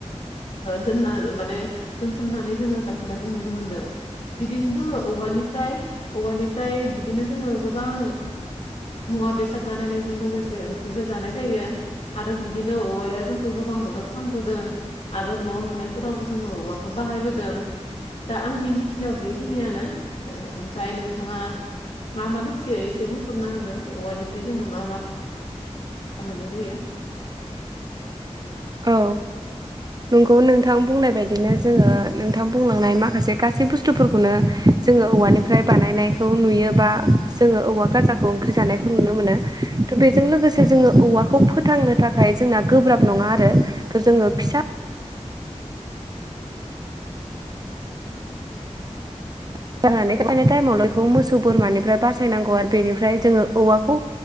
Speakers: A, on the left (about 60°); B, on the right (about 35°).
A: दोनना माने दोनथुमनानै जोङो जाबोनायखौ नुनो मोनदों बिदिनो जोङो औवानिफ्राय औवानिफ्राय बिदिनो जोङो गोबां मुवा बेसाद बानायनायजों लोगोसे बिदिबो जानाय जायो आरो बिदिनो औवाया जोंखौ गोबां मदद खालामबोदों। आरो न' लुनायफोरावबो जोङो औवाखौ बाहायबोदों दा आंनि मिथिनायाव बेखिनियानो ओमफ्राय नोंथाङा मा मा मोनथियो एसे बुंफोरना होदो औवानिफ्राय जोङो मा मा मोननाय जायो
B: औ नोंगौ नोंथां बुंनाय बायदिनो जोङो नोंथां बुंलांनाय माखासे गासै बुस थुफोरखौनो जोङो औवानिफ्राय बानायनायखौ नुयोबा जोङो औवा गाजा खौ ओंख्रि जानायखौ नुनो मोनो थ बेजों लोगोसे जोङो
A: औ
B: औवाखौ फोथांनो थाखाय जोंना गोब्राब नङा आरो थ' जोङो फिसा <unintelligible> गायनाय टाइमाव ल बेखौ मोसौ बोरमानिफ्राय बासायनांगौ आरो बेनिफ्राय जोङो औवाखौ